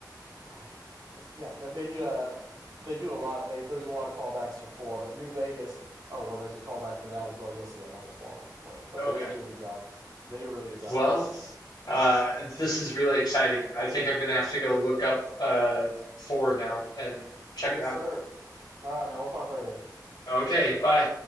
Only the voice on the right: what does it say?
Oh man, yes, yeah. They they, uh, they do a lot of they. There's a lot of callbacks to four, but New Vegas. Oh well, there's a callback to that as well. You'll see. I'm not going to spoil nothing for you, but
they they do a good job. They do a really good job
with it.
Yeah.
Yes,
sir. All right, man. We'll talk later.